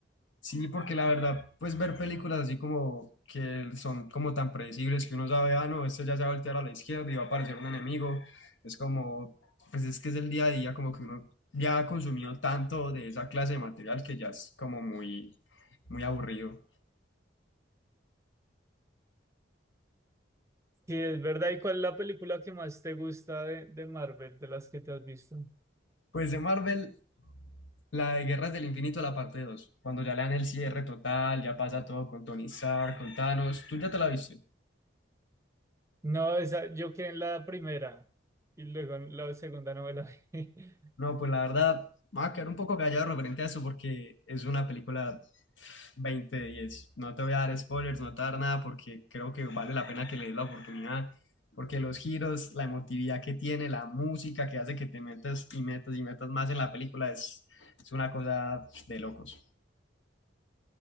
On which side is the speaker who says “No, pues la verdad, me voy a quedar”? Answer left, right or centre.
Left